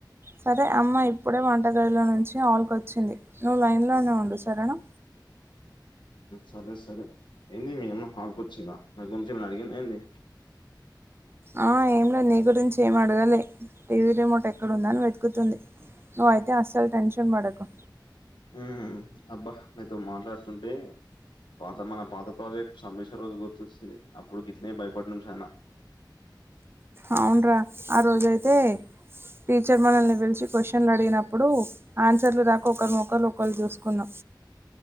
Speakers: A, on the right; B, on the left.
A: సరే అమ్మ ఇప్పుడే వంటగదిలో నుంచి ఆల్కకోచ్చింది నువ్వు లైన్లోనే ఉండు సరేనా
B: సరే సరే ఏంది మీ అమ్మ హాల్కి వచ్చిందా నా గురించి ఏమైనా అడిగిందా ఏంది
A: ఆ ఏం లేదు నీ గురించి ఏమి అడగాలే టీవీ రిమోట్ ఎక్కడుందని వెతుకుతుంది నువ్వు అయితే అసలు టెన్షన్ పడకు
B: ఉ అబ్బా నీతో మాట్లాడుతుంటే పాత మన పాత ప్రాజెక్టు సమిష రోజు గుర్తొచ్చింది అప్పుడు గిట్నే భయపడిన చాన
A: అవున్రా ఆ రోజయితే టీచర్ మనల్ని పిలిచి క్వశ్చన్లు అడిగినప్పుడు ఆన్సర్లు రాకా ఒకరి మోకాలు ఒకలు చూసుకున్నాం